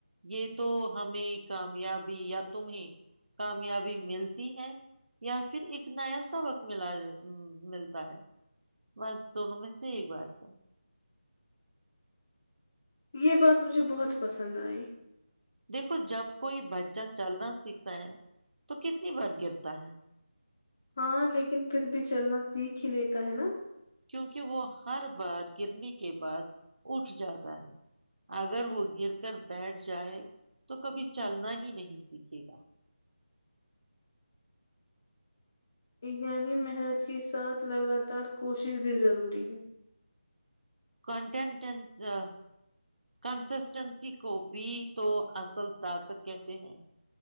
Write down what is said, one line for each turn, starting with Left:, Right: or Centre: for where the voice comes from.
Right: یہ تو ہمیں کامیابی یا تمہیں کامیابی ملتی ہے یا پھر ایک نیا سبق ملا ملتا ہے بس دونوں میں سے ایک بات ہے
Left: یہ بات مجھے بہت پسند آئی
Right: دیکھو جب کوئی بچہ چلنا سیکھتا ہے تو کتنی بار گرتا ہے
Left: ہاں ل لیکن پھر بھی چلنا سیکھ ک لیتا ہے نا
Right: کیکہ وہ ہر بار گرنے کے بعد اٹھ جاتا ہے اگر وہ گر کر بیٹھ جائے تو کبھی چلنا ہی نہیں سیکھے گا
Left: یعنی محنت کے ساتھ لگاتار کوشش بھی ضروری ہے
Right: ک کنٹن کوبھی تو اصل طاقت کہتے ہیں